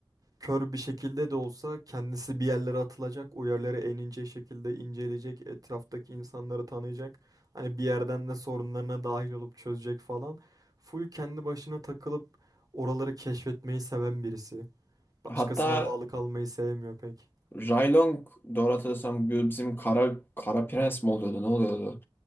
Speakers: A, on the right (about 40°); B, on the left (about 25°).
A: kör bir şekilde de olsa kendisi bir yerlere atılacak, o yerlere en ince şekilde inceleyecek, etraftaki insanları tanıyacak. Hani bir yerden de sorunlarına dahil olup çözecek falan. Full kendi başına takılıp oraları keşfetmeyi seven birisi. Başkasına
B: Hatta
A: bağlı kalmayı sevmiyor pek.
B: Raylong doğru hatırlıyorsam bu bizim Kara, Kara Prens mi oluyordu ne oluyordu?